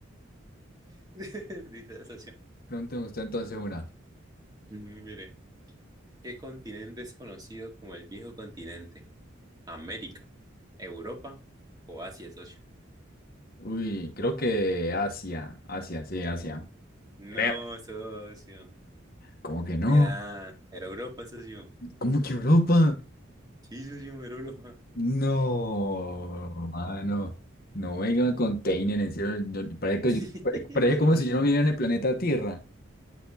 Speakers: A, on the right; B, on the left.
A: <laughs> Sí, sabe, socio.
B: Pregúnteme usted entonces una.
A: Mm, Mire. ¿Qué continente es conocido como el viejo continente? ¿América, Europa o Asia, socio?
B: Uy, creo que Asia. Asia, sí, Asia.
A: No,
B: Creo.
A: socio.
B: ¿Cómo que no?
A: Era, era Europa, socio.
B: ¿Cómo que Europa?
A: Sí, socio, era Europa.
B: No, mano. No venga con Teinen, en serio. no- Parece, que-
A: <laughs>
B: parece como si yo no viviera en el planeta Tierra.